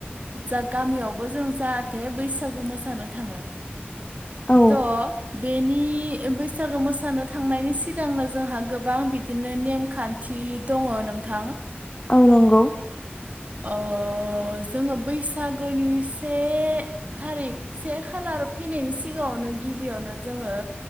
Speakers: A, on the right; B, on the left.
A: जा गामियावबो जों जाहाथे बैसागु मोसानो थाङो।
B: औ
A: त बेनि नि बैसागो मोसानो थांनायनि सिगांनो जोंहा गोबां बिदिनो नेमखान्थि दङ नोंथां
B: औ नंगौ
A: अ जोङो बैसागोनि से थारिख से खालार फैनायनि सिगाङावनो गिबियावनो जोङो